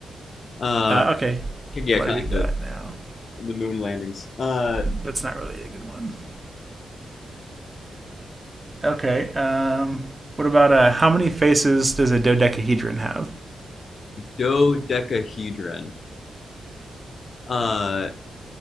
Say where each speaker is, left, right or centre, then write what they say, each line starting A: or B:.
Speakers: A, on the left (about 45°); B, on the right (about 15°).
A: Uh,
B: Uh, okay.
A: yeah,
B: What
A: kind
B: have we
A: of
B: got
A: like the
B: now?
A: the moon landings. Uh,
B: That's not really a good one. Okay. Um, what about uh, how many faces does a dodecahedron have?
A: dodecahedron. Uh,